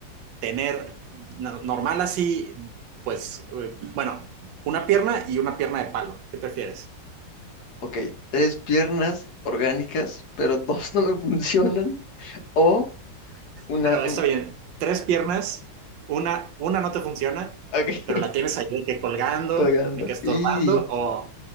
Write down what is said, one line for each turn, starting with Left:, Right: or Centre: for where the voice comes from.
Right: tener no- normal así, pues, eh, bueno, una pierna y una pierna de palo. ¿Qué prefieres?
Left: Ok, tres piernas orgánicas, pero dos <laughs> no me funcionan. O una,
Right: Bueno,
Left: una,
Right: está bien. Tres piernas, una, una no te funciona,
Left: ok,
Right: pero
Left: <laughs>
Right: la tienes ahí de que colgando,
Left: colgando.
Right: de que estorbando,
Left: Y
Right: o